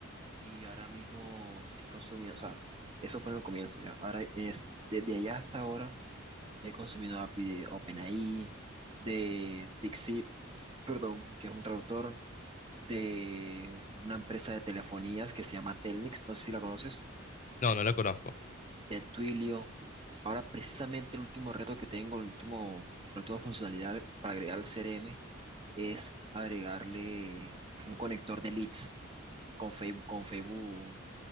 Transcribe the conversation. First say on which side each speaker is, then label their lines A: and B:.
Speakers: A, on the right; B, on the left.
A: Y ahora mismo estoy consumiendo, o sea, eso fue en el comienzo ya. Ahora, es- desde allá hasta ahora, he consumido API de OpenAI, de DeepSeek, perdón, que es un traductor de una empresa de telefonías que se llama Telnex, no sé si la conoces,
B: No, no la conozco.
A: de Twilio. Ahora precisamente el último reto que tengo, el último, la última funcionalidad agre- para agregar al CRM es agregarle un conector de leads con Facebook, con Facebook,